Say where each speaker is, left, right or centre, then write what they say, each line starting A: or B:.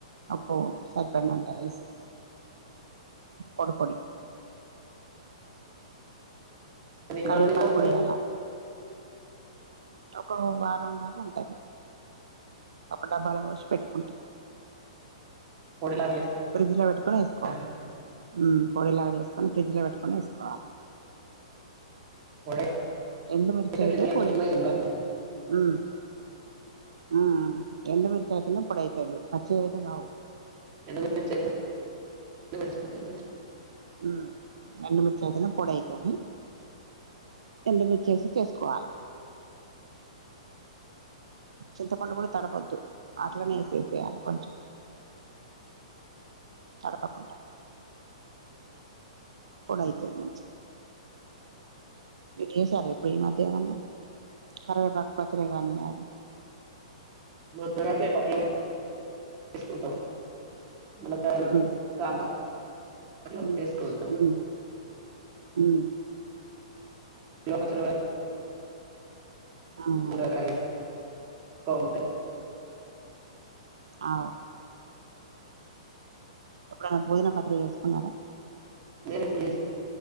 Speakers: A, on the right (about 70°); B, on the right (about 40°).
A: ఉప్పు సరిపడినంత ఎసి పొడి పొడి
B: అది ఎన్ని
A: కరివేపాకు
B: రోజులు నిల్వ ఉంటది
A: గుడా ఎయలా ఒక వారం దాకా ఉంటది ఒక డబ్బాలో పోసి పెట్టుకుంటే
B: పొడిలాగా
A: ఫ్రిడ్జ్ లో పెట్టుకొని ఎసుకో
B: చేస్తారా
A: ఉమ్ పొడిలాగా చేసుకొని ఫ్రిడ్జ్ లో పెట్టుకొని ఎసుకోవాలే
B: పొడి
A: ఎండుమిర్చి అయితే
B: ఫ్రిడ్జ్ లో పెట్టకుండా
A: పోడి
B: ఏం కాదు
A: ఉమ్ ఆ ఆ ఎండుమిర్చియితనే పొడి అయితది పచ్చియి అయితే కావు
B: ఎండు మిర్చి అయితేనే మంచిగుంటది
A: ఉమ్ ఎండుమిర్చి అయితేనా పొడి అయితది ఎండుమిర్చి ఎసి చేసుకోవాలా చింతపండు కూడా తడపద్దు అట్లనే ఎసే సేయాలకొంచెం తడపకుంట పొడైయితది మంచిగా మీరు చేసారా ఇప్పుడు ఈ మధ్య ఎమన్న కారవేపాకు పచ్చడి గాని అది
B: <unintelligible> ఎస్కుంటాం మునకాయలు
A: ఉమ్
B: సాంబార్ లో
A: ఉమ్
B: ఎసుకుంటాం
A: ఉమ్
B: <unintelligible>
A: ఉమ్
B: మునకాయల కౌంటే
A: ఔ ఎప్పుడైనా పుదీనా పచ్చడ చేసుకున్నారా
B: నేనేప్పుడు